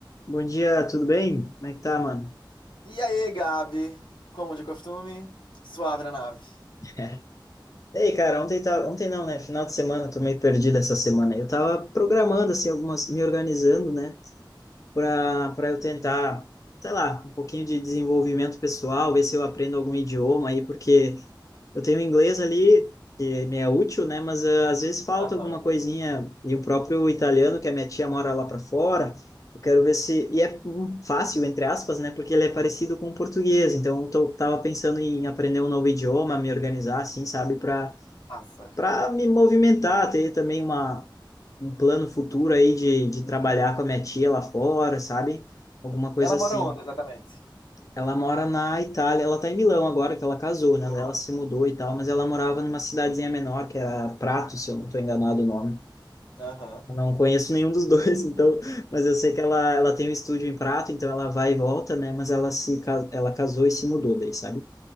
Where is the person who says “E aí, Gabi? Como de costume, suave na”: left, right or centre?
Left